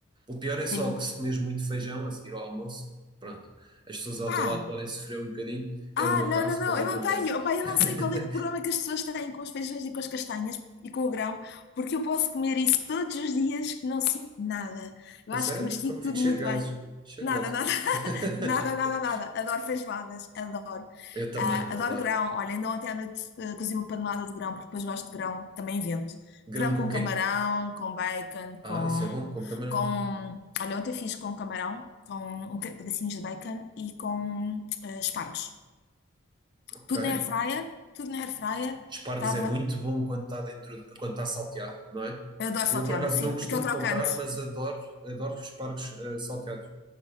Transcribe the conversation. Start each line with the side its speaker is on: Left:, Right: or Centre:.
Right: O pior é só
Left: tenho.
Right: que se comes muito feijão a seguir ao almoço, pronto, as pessoas ao
Left: Ah,
Right: teu lado podem sofrer um bocadinho. É
Left: ah,
Right: o meu
Left: não,
Right: caso
Left: não, não,
Right: quando
Left: eu
Right: acontece.
Left: não tenho. Opa, eu
Right: <laughs>
Left: não sei qual é que é o problema que as pessoas têm com os feijões e com as castanhas e com o grão, porque eu posso comer isso todos os dias que não sinto nada. Eu
Right: A
Left: acho
Right: sério?
Left: que mastigo
Right: Pô,
Left: tudo
Right: fico cheio
Left: muito
Right: de gases.
Left: bem.
Right: Cheio
Left: Nada,
Right: de gases.
Left: nada.
Right: <laughs>
Left: Nada, nada, nada. Adoro feijoadas, adoro.
Right: Eu também,
Left: Ah, adoro
Right: adoro.
Left: grão. Olha, ainda ontem à noite eh, cozi uma panelada de grão, porque depois gosto de grão, também invento.
Right: Grão
Left: Grão
Right: com
Left: com camarão,
Right: quê?
Left: com bacon,
Right: Ah,
Left: com,
Right: isso é bom, com camarão.
Left: com... Olha, ontem fiz com camarão, com um ca- pedacinhos de bacon e com eh, espargos.
Right: Ok.
Left: Tudo na airfryer, tudo na airfryer.
Right: Espargos
Left: Estava...
Right: é muito bom quando está dentro, quando está salteado, não é?
Left: Eu adoro
Right: Eu
Left: salteado,
Right: por acaso
Left: assim,
Right: não costumo
Left: aquele crocante.
Right: comprar, mas adoro, adoro espargos eh, salteados.